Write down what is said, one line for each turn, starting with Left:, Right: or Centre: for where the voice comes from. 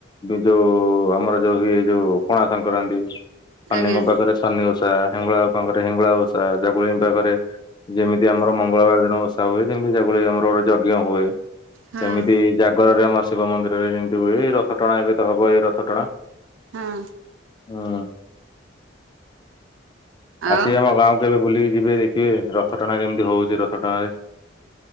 Left: ଯୋଉଁ ଆମର ଯୋଉଁ ହୁଏ ଯୋଉଁ ପଣା ସଂକ୍ରାନ୍ତି ସନିଙ୍କ
Right: ଆଜ୍ଞା
Left: ପାଖରେ ସନି ଓଷା ହିଙ୍ଗୁଳାଙ୍କ ପାଖରେ ହିଙ୍ଗୁଳା ଓଷା । ଜଗୁଲେଇ ପାଖରେ ଯେମିତି ଆମର ମଙ୍ଗଳବାର ଦିନ ଓଷା ହୁଏ ଯେମତି ଜାଗୁଲେଇ ଆମର ଗୋଟେ ଯଜ୍ଞ ହୁଏ
Right: ହଁ
Left: ସେମିତି ଯାଗ୍ ରରେ ଆମ ଶିବ ମନ୍ଦିରରେ ଯେମିତି ହୁଏ ଏଇ ରଥ ଟଣା ଏବେ ତ ହବ ଏଇ ରଥ ଟଣା
Right: ହଁ
Left: ଅଁ।
Right: ଆଉ
Left: ଆସିବେ ଆମ ଗାଁକୁ କେବେ ବୁଲିକି ଯିବେ ଦେଖିବେ ରଥ ଟଣା କେମିତି ହୋଉ ଚି ରଥ ଟଣାରେ